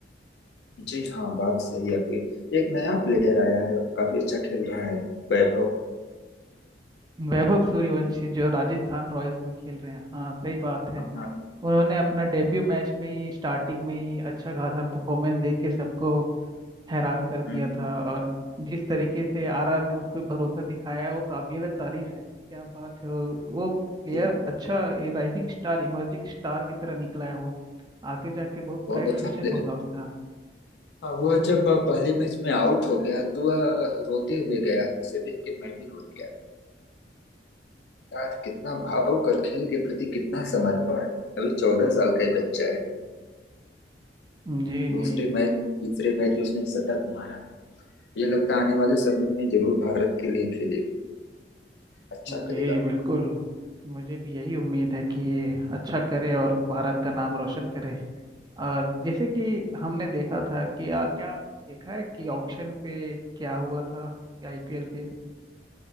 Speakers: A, on the left; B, on the right.
A: जी हाँ बात सही है आपकी एक नया प्लेयर आया है काफी अच्छा खेल रहा है वैभव
B: वैभव सूर्यवंशी जो राजस्थान रॉयल्स में खेल रहे हैं हाँ सही बात है
A: हाँ,
B: उन्होंने अपना डेब्यू मैच में ही स्टार्टिंग में ही अच्छा खासा परफॉर्मेंस दे के सबको हैरान कर दिया
A: हम्म,
B: था और जिस तरीके से आरआर ने उस पर भरोसा दिखाया वो काबिल तारीफ है क्या बात है वो, वो प्लेयर
A: जी हाँ,
B: अच्छा राइजिंग स्टार इमर्जिंग स्टार की तरह निकला है वो आगे जाके बहुत ब्राइट
A: बहुत अच्छा
B: फ्यूचर
A: प्लेयर
B: होगा
A: है
B: उसका
A: हाँ, वह जब पहले मैच में आउट हो गया तो वह रोते हुए गया उसे देख के मैं भी रो दिया यार कितना भाव कर खेल के प्रति कितना समर्पण अभी चौदह साल का ही बच्चा है
B: जी
A: दूसरे
B: जी
A: मैच तीसरे मैच में उसने शतक मारा ये लगता है आने वाले समय में जरूर भारत के लिए खेलेगा अच्छा
B: जी
A: करेगा
B: बिल्कुल मुझे भी यही उम्मीद है कि ये अच्छा करे और भारत का नाम रोशन करे और जैसे कि हमने देखा था कि आ, क्या आप देखा है कि ऑक्शन पे क्या हुआ था आईपीएल के